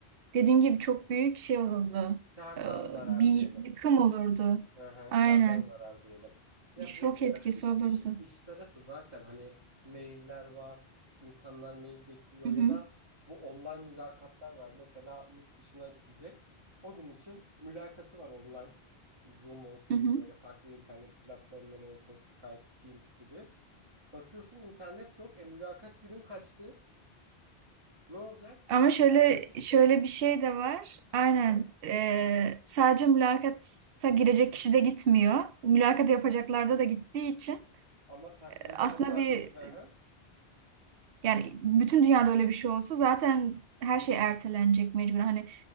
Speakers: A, on the right (about 65°); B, on the right (about 25°).
A: dediğim gibi çok büyük şey olurdu.
B: Kardan
A: Ee,
B: zarar
A: bir
B: diyelim.
A: yıkım olurdu.
B: Aha,
A: Aynen.
B: kardan zarar diyelim. Ya
A: Şok
B: bu
A: etkisi
B: e, iş
A: olurdu.
B: iş iş tarafı zaten hani mailler var. insanlar mail bekliyor
A: Hı
B: ya
A: hı,
B: da bu online mülakatlar var. Mesela yurt dışına gidecek. O gün için mülakatı var online. Zoom olsun,
A: hı hı.
B: böyle farklı internet platformları olsun, Skype, Teams gibi. Bakıyorsun internet yok. E mülakat günün kaçtı. Ne olacak?
A: Ama şöyle
B: Mülakat gitti.
A: şöyle bir şey de var. Aynen.
B: Hı hı.
A: Ee, sadece mülakata girecek kişi de gitmiyor. Mülakat yapacaklarda da gittiği için
B: Ama takvimde
A: e, aslında
B: mesela
A: bir
B: bir hı hı.
A: Yani bütün dünyada öyle bir şey olsa zaten her
B: Hı hı.
A: şey ertelenecek mecburen. Hani